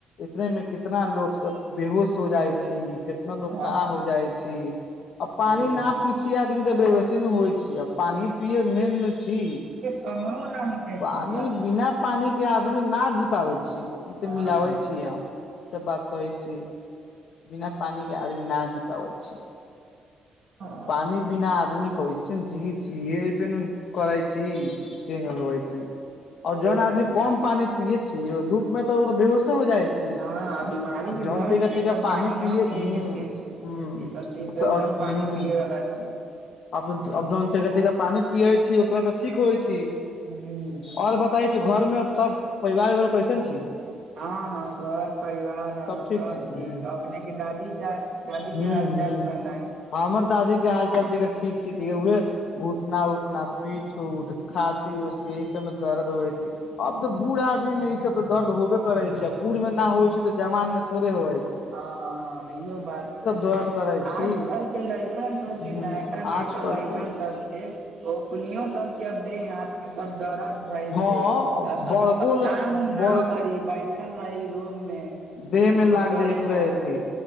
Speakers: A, on the left; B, on the right.
A: इतने मे कितना लोग सब बेहोश हो जाइ छी कितना लोग
B: हँ
A: का हो जाइ छै आ पानि
B: उहे ने
A: न पी छी आदमी तऽ बेव्सी ने होइ छै आ पानि पिये मेन छी
B: कहनु ना मिलै
A: पानी
B: छै
A: बिना पानी के आदमी ना जी पाबे छै ई तऽ
B: हँ
A: मिलाबै छीय हम ई त बात सहै छी बिना पानी आदमी ना जी पाबै छै
B: उहे
A: पानि बिना आदमी को जी छी रहे पर न करइ छी इहे हइ छी आ जन आदमी
B: सब
A: कम पानी पियए छी ओ धूप मे तऽऽ बेहोशो हो जाइ छै
B: हँ आ बीमारी
A: आब
B: के
A: जन
B: घर
A: रहते
B: छी
A: रहै
B: सब
A: पानी पिय
B: न पिये
A: हुं
B: के छै छै।
A: हूं
B: ई सब चीज
A: तऽ
B: एकदम
A: हुं
B: पानी पिये वाला छी
A: आब जान त रहते रहै पानी पियै छी ओकरा तऽ ठीक होइ छी
B: हूँ
A: आओर बताय छी घर में सब परिवार वरिवार कैसन छी
B: हँ हँ घर परिवार हमर सब
A: ठीक छी हूँ
B: ठीक अपने के दादी चा दादी
A: हूँ
B: के हाल
A: हूँ
B: चाल बताए
A: हमर दादी के हाल चाल सब ठीक छी उह घुटना उटना पीछ उठ खाँसी उसी ई सब मे दर्द होइ छै अब तऽ बूढ़ आदमी में ई सब त दर्द होबे करै छै बूढ़ मे न होइ छै तऽ जवान मे थोड़े होएत
B: हँ इहो बात छै
A: दर्द करै
B: आजकल
A: छी
B: के लड़कन सब
A: ह
B: के नैका नैका
A: आजकल
B: लड़कन
A: के
B: सब ओ कुनियो सबके देह हाथ मे सब दरद भेल
A: हँ
B: छै आ सब
A: बड़को
B: अ काम उम न
A: बड़
B: करी बैठल रही रूम मे
A: देहमे
B: कुछो
A: लाग
B: करी
A: पुरा
B: ना
A: अथि